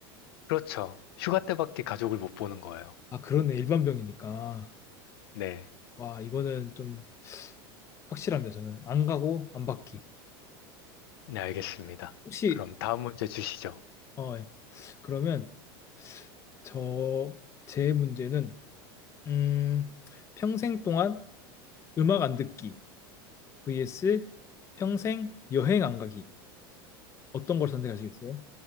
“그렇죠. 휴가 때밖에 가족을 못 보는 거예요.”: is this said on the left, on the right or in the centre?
Left